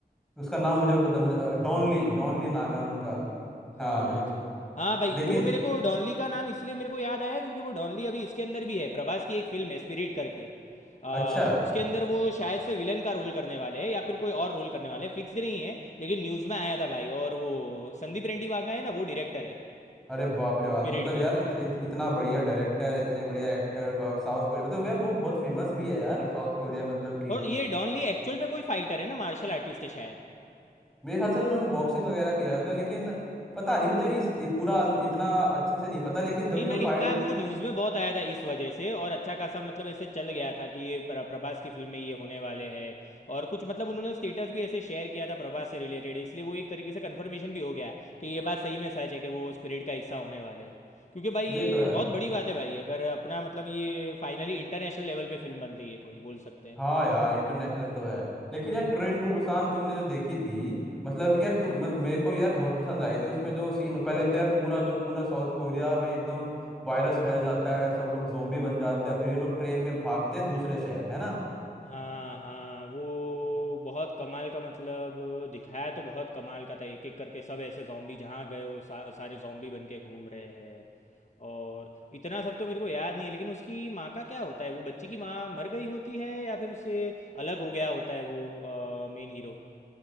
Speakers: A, in the centre; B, on the left.
A: उसका नाम मुझे भी पता मुझे अ, डॉनली डॉनली नाम है उनका हाँ
B: अच्छा
A: ये वो-
B: हाँ भाई
A: लेकिन
B: वो मेरे को डॉनली का नाम इसलिए मेरे को याद आया क्योंकि वो डॉनली अभी इसके अंदर भी है प्रभास की एक फिल्म है स्पिरिट करके आ,
A: अच्छा
B: उसके अंदर वो शायद से विलन का रोल करने वाले हैं या फिर कोई और रोल करने वाले हैं फिक्स नहीं है लेकिन न्यूज़ में आया था भाई और वो संदीप रेड्डी वाघा है ना वो डायरेक्टर है
A: अरे बाप रे बाप
B: स्पिरिट
A: मतलब
B: के
A: यार इतने इत, इतना बढ़िया डायरेक्टर इतने बढ़िया एक्टर साउथ कोरिया मतलब यार वो बहुत फेमस भी है यार साउथ कोरिया मतलब कि
B: और ये डॉनली एक्चुअल में कोई फाइटर है ना मार्शल आर्टिस्ट है शायद
A: मेरे ख्याल से उन्होंने बॉक्सिंग वगैरह किया होगा लेकिन पता नहीं मुझे इस इ- पूरा अन- इतना अच्छे से नहीं पता लेकिन जब
B: नहीं
A: भी
B: भाई
A: वो फाइट
B: इनका वो न्यूज़ में बहुत आया था इस वजह से और अच्छा खासा मतलब ऐसे चल गया था कि ये प्र- प्रभास की फिल्म में ये होने वाले हैं और कुछ मतलब उन्होंने स्टेटस भी ऐसे शेयर किया था प्रभास से रिलेटेड इसलिए वो एक तरीके से कंफर्मेशन भी हो गया कि ये बात सही में सच है कि वो स्पिरिट का हिस्सा होने वाले हैं क्योंकि भाई
A: ये
B: ये
A: तो है
B: बहुत बड़ी बात है भाई अगर अपना मतलब ये फाइनली इंटरनेशनल लेवल पे फिल्म बन रही है कोई बोल सकते हैं
A: हाँ यार इंटरनेशनल तो है लेकिन यार ट्रेन टू बुसान तुमने जो देखी थी मतलब कि यार तुम मतलब मेरे को यार बहुत पसंद आई थी उसमें जो सीन पहले तो यार पूरा जो पूरा साउथ कोरिया में एकदम वायरस फैल जाता है सब लोग जोम्बी बन जाते हैं फिर ये लोग ट्रेन में भागते हैं दूसरे शहर है ना
B: हाँ हाँ वो बहुत कमाल का मतलब दिखाया तो बहुत कमाल का था एक एक करके सब ऐसे जॉम्बी जहाँ गए हो सा, सारे जॉम्बी बन के घूम रहे हैं और इतना सब तो मेरे को याद नहीं है लेकिन उसकी माँ का क्या होता है वो बच्ची की माँ मर गई होती है या फिर उससे अलग हो गया होता है वो मेन हीरो